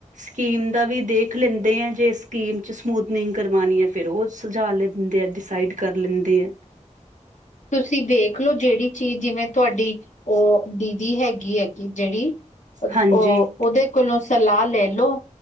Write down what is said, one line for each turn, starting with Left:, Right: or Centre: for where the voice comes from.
Right: ਸਕੀਮ ਦਾ ਵੀ ਦੇਖ ਲੈਂਦੇ ਆ ਜੇ ਸਕੀਮ ਚ ਸਮੂਦਨਿੰਗ ਕਰਵਾਉਣੀ ਹੈ ਫੇਰ ਉਹ ਸਜਾ ਲ। ਦੇ ਆ ਡਿਸਾਈਡ ਕਰ ਲੈਂਦੇ ਆ।
Left: ਤੁਸੀਂ ਵੇਖ ਲਓ ਜਿਹੜੀ ਚੀਜ਼ ਜਿਵੇਂ ਤੁਹਾਡੀ ਉਹ ਦੀਦੀ ਹੈਗੀ ਏ ਕਿ ਜਿਹੜੀ ਉਹ
Right: ਹਾਂਜੀ
Left: ਉਹਦੇ ਕੋਲੋਂ ਸਲਾਹ ਲੈ ਲਓ